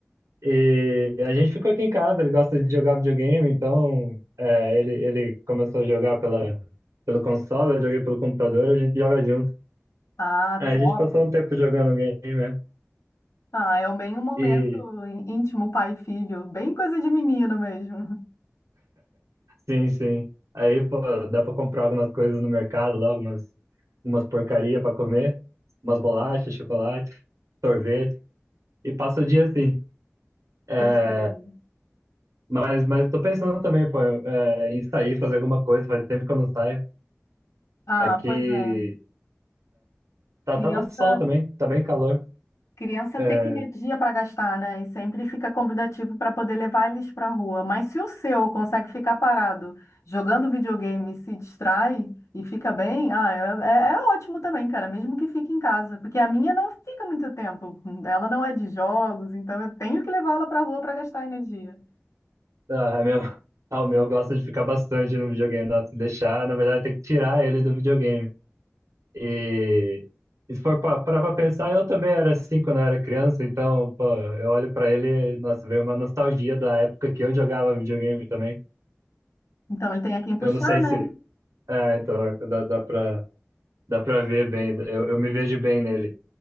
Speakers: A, on the right (about 85°); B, on the left (about 75°).
A: E a gente ficou aqui em casa, ele gosta de jogar videogame, então é, ele, ele começou a jogar pela, pelo console, eu joguei pelo computador, a gente joga junto.
B: Ah,
A: A
B: top.
A: gente passou um tempo jogando game, né?
B: Ah, é bem um momento
A: E
B: í- íntimo pai e filho, bem coisa de menino mesmo. <laughs>
A: sim, sim. Aí, pô, dá pra comprar algumas coisas no mercado lá, algumas, algumas porcaria pra comer, umas bolachas, chocolate, sorvete, e passa o dia assim. É,
B: Gostoso.
A: Mas, mas tô pensando também, pô, é, em sair, fazer alguma coisa, faz tempo que eu não saio.
B: Ah,
A: Aqui
B: pois é.
A: tá,
B: Criança,
A: tava sol também, tá bem calor.
B: criança
A: É,
B: tem energia para gastar, né? E sempre fica convidativo para poder levar eles para a rua. Mas se o seu consegue ficar parado jogando videogame, e se distrai e fica bem, ah, é, é é ótimo também, cara, mesmo que fique em casa, porque a minha não fica muito tempo. Ela não é de jogos, então eu tenho que levar ela para a rua para gastar energia.
A: Ah, é meu, <laughs> ah, o meu gosta de ficar bastante no videogame, nossa, se deixar, na verdade tem que tirar ele do videogame. E, e se for pa- parar pra pensar, eu também era assim quando eu era criança, então, pô, eu olho pra ele, nossa, veio uma nostalgia da época que eu jogava videogame também.
B: Então ele tem a quem puxar,
A: Eu não sei
B: né?
A: se. É, então, dá, dá pra, dá pra ver bem, eu, eu me vejo bem nele.